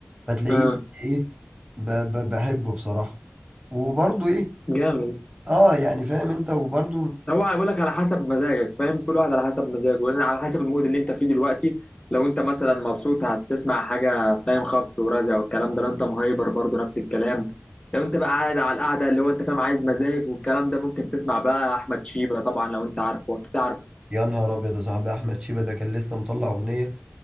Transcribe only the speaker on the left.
اه
جامد
هو هيقول لك على حسب مزاجك فاهم كل واحد على حسب مزاجه لان على حسب المود اللي انت فيه دلوقتي لو انت مثلا مبسوط هتسمع حاجه فاهم خبط ورزع والكلام ده لو انت مهايبر برضه نفس الكلام لو انت بقى قاعد على القعده اللي هو انت فاهم عايز مزاج والكلام ده ممكن تسمع بقى احمد شيبه طبعا لو انت عارفه اكيد عارفه